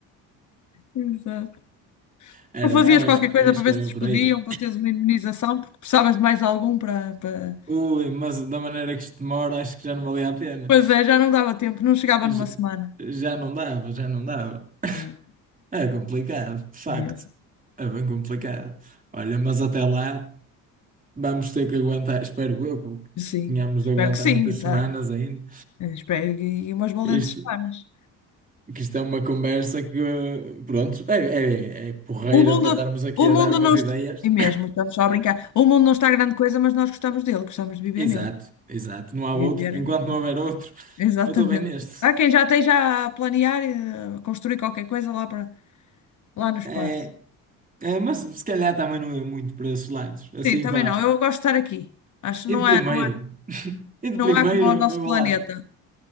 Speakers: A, on the left (about 50°); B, on the right (about 20°).
A: Exato.
B: Era,
A: Não fazias
B: eu acho,
A: qualquer
B: que-
A: coisa
B: eu acho
A: para ver
B: que era
A: se te despediam,
B: por aí.
A: para teres uma indemnização, porque precisavas de mais algum para, para...
B: Ui, mas da maneira que isto demora, acho que já não valia a pena.
A: Pois é, já não dava tempo, não chegava
B: J-
A: numa semana.
B: Já, não dava, já não dava.
A: É,
B: É complicado, de facto.
A: Mesmo.
B: É bem complicado. Olha, mas até lá. Vamos ter que aguentar, espero eu, porque
A: Sim,
B: tínhamos
A: espero
B: de aguentar
A: que sim,
B: muitas
A: tá.
B: semanas ainda.
A: Eu Espero e umas valentes
B: Isto,
A: semanas.
B: que isto é uma conversa que, pronto, é, é, é porreira
A: O mundo,
B: para estarmos aqui
A: o
B: a
A: mundo
B: dar umas
A: não
B: ideias.
A: está... E mesmo, estamos só a brincar. O mundo não está grande coisa, mas nós gostamos dele, gostamos de viver
B: Exato,
A: nele.
B: exato. Não há
A: Viver
B: outro.
A: é
B: Enquanto
A: muito bom.
B: não houver outro,
A: Exatamente.
B: eu estou bem neste.
A: Há quem já esteja a planear e a construir qualquer coisa lá, para, lá no espaço.
B: É, é, mas se calhar também não ia muito para esses lados. Assim,
A: Sim, também
B: pá.
A: não. Eu gosto de estar aqui. Acho que não
B: E de
A: é,
B: primeiro?
A: não,
B: E
A: não
B: de primeiro,
A: há como o nosso
B: eu vou
A: planeta.
B: lá.